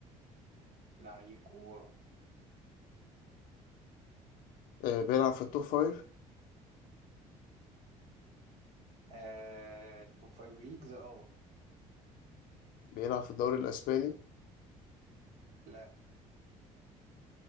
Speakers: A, on the right (about 55°); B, on the left (about 75°).
A: لعيب كوره
B: آه، بيلعب في التوب فايف
A: أه توب فايف ليجز اه
B: بيلعب في الدوري الاسباني
A: لا